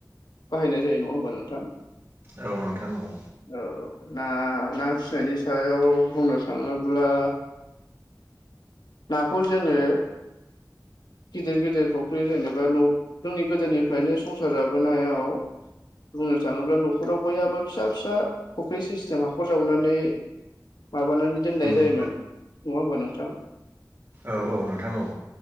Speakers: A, on the left; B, on the right.
A: बाहायनाय जायो नङा होमबा नोंथां।
B: औ नोंथां औ।
A: औ ना ना फिसिनायनि सायाव बुंनो थाङोब्ला। नाखौ जोङो। गिदिर गिदिर फख्रि जेनेबा न' जोंनि गोदोनिफ्रायनो संसार जाबोनायाव बुंनो थाङोब्ला न'खराव बयहाबो फिसा फिसा फुख्रि सिस्टेम हाखर जावनानै माबानानै दोननाय
B: उम
A: जायोमोन नङा होमबा नोंथां?
B: औ औ नोंथां औ।